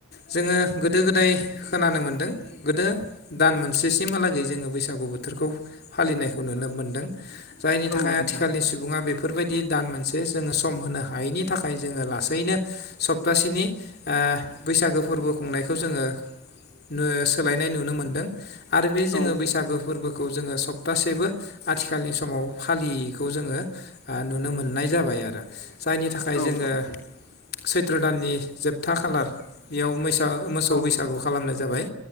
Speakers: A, on the left (about 50°); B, on the left (about 80°).
A: जोङो गोदो गोदाय खोनानो मोनदों गोदो दान मोनसे सिमहालागै जोङो बैसागु बोथोरखौ फालिनायखौ नुनो मोनो। मोनदों जायनि
B: औ
A: थाखाय आथिखालनि
B: नोंथां
A: सुबुङा बेफोरबायदि दान मोनसे जोङो सम होनो हा हायैनि थाखाय जोङो लासैनो सप्तासेनि ओ बैसागो। फोरबो खुंनायखौ जोङो नों सोलायनाय नुनो मोन्दों। आरो बे जोङो
B: औ
A: बैसागु फोरबोखौ जोङो सप्तासेबो आथिखालनि समाव फालियैखौ जोङो ओ नुनो मोननाय जाबाय आरो। जायनि थाखाय
B: औ
A: जोङो सैत्र दाननि जोबथा खालार। बेयाव मोसौ। ओ मोसौ
B: औ
A: बैसागु खालामनाय जा जाबाय